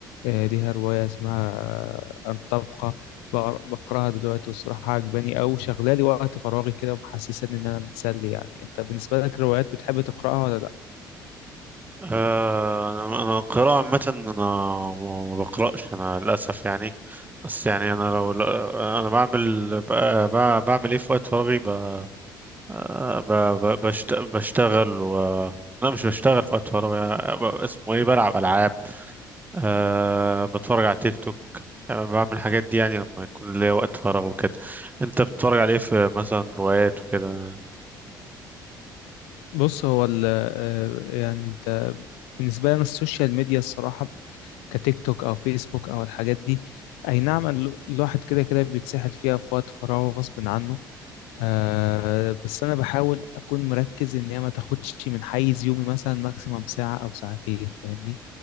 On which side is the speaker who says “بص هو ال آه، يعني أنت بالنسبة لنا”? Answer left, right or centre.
Left